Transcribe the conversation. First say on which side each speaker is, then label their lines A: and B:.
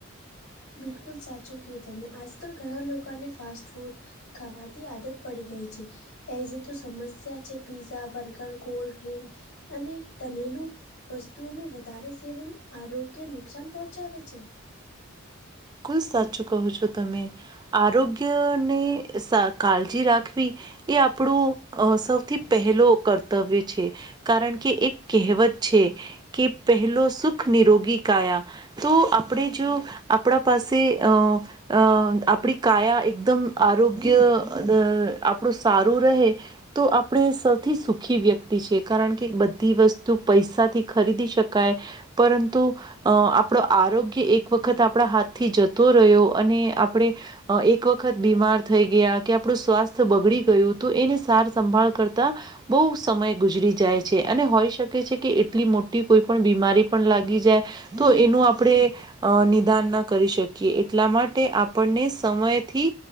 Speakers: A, on the left; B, on the right.
A: બિલકુલ સાચું કું તમે આજકાલ ઘણા લોકોને ફાસ્ટ ફૂડ ખાવાથી આદત પડી ગઈ છે એઝ તો સમસ્યા છે. પીઝા બર્ગર કોલ્ડ અને તળેલું વસ્તુઓ ન વધારે સેવન આરોગ્ય નુકસાન પહોંચાડે છે.
B: બિલકુલ સાચું કહો છો તમે આરોગ્યની કાળજી રાખવી એ આપણું અ સૌથી પહેલો કર્તવ્ય છે. કારણ કે એક કહેવત છે. કે પહેલો સુખ નિરોગી કાયા તો આપણે જો આપણા પાસે અ અ આપણી કાયા એકદમ આરોગ્ય અ આપણું સારું રહે તો આપણે સૌથી સુખી વ્યક્તિ છે. કારણ કે બધી વસ્તુ પૈસાથી ખરીદી શકાય પરંતુ અ આપણો આરોગ્ય એક વખત આપણા હાથ થી જતો રહ્યો અને આપણે એક વખત બીમાર થઈ ગયા કે આપણું સ્વાસ્થ્ય બગડી ગયું તો એની સાર સંંભાળ કરતા બહુ સમય ગુજરી જાય છે અને હોઈ શકે છે કે એટલી મોટી કોઈ પણ બીમારી પણ લાગી જાય. તો એનું આપણેે અ નિદાન ના કરી શકીએ એટલા માટે આપણને સમયથી